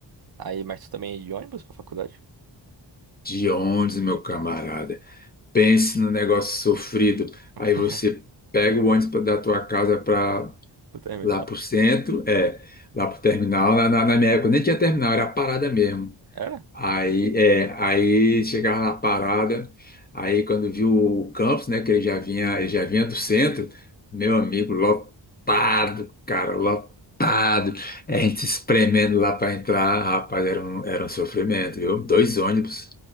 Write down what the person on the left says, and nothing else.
De onde, meu camarada? Pense no negócio sofrido.
Aí você pega o ônibus pra- da tua casa para
lá pro centro, é, lá pro terminal. Na, na, na minha época nem tinha terminal, era a parada mesmo.
Aí, é, aí chegava na parada, aí quando viu o campus, né, que ele já vinha, ele já vinha do centro, meu amigo, lotado, cara, lotado. É, a gente se espremendo lá para entrar, rapaz, era um, era um sofrimento, viu? Dois ônibus,